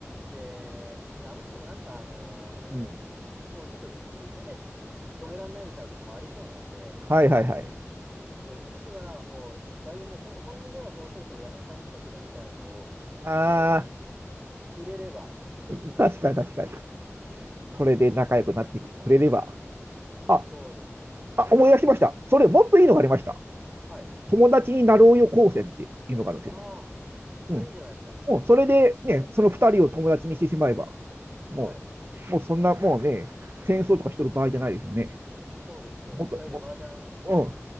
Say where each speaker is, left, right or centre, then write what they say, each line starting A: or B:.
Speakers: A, on the right; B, on the right.
A: で、あの人もなんか、あのー
B: うん。
A: もうちょっと意地でつ止めらんないみたいなところもありそうなんで、
B: はいはいはい。
A: えっと、実はもう、だいぶもうほ本音ではもうそろそろやめたいんだけど、みたいなのを、
B: あ
A: こう、知れれば、
B: ー、確かに確かに。それで仲良くなってくれれば。あ、
A: そうですね。
B: あ、思い出しました。それもっといいのがありました。
A: はい、はい。
B: 友達になろうよ高専っていうのがあるんですよ。
A: ああ、それいいじゃないですか。
B: うん。もうそれでね、その二人を友達にしてしまえば。も
A: はい。
B: う、もうそんな、もうね、戦争とかしてる場合じゃないですよね。
A: そうですよ。
B: もっと、
A: 二人で麻雀しに
B: もう